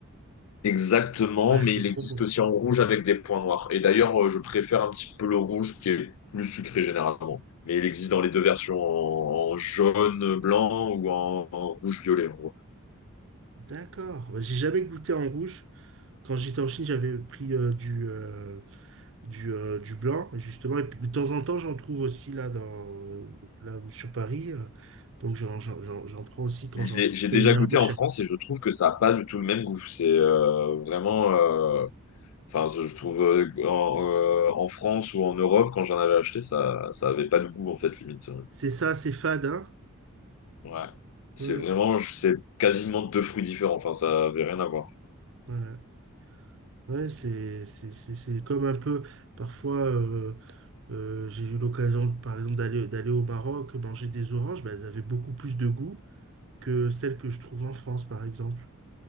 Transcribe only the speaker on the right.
Ouais,
c'est
trop
bon.
D'accord. Bah, J'ai jamais goûté en rouge. Quand j'étais en Chine, j'avais pris euh, du, euh, du, euh, du blanc, justement. Et puis, de temps en temps, j'en trouve aussi là, dans, là sur Paris. euh, donc, j'en j'en- j'en- j'en prends aussi quand
j'en trouve.
Et il est un
peu cher.
C'est ça, c'est fade, hein?
Ouais.
Ouais, Ouais, c'est c'est- c'est- c'est comme un peu, parfois, euh, euh, j'ai eu l'occasion, par exemple, d'aller d'aller au Maroc, manger des oranges, bah, elles avaient beaucoup plus de goût que celles que je trouve en France, par exemple.